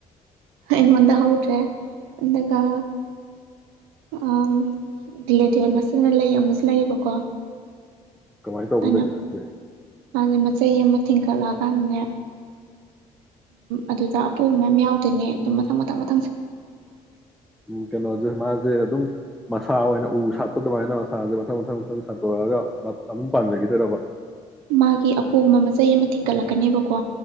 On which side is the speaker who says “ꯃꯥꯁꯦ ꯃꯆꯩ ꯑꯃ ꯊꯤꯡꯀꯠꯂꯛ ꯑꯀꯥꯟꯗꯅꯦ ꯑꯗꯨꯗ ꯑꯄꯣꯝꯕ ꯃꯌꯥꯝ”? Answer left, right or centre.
Right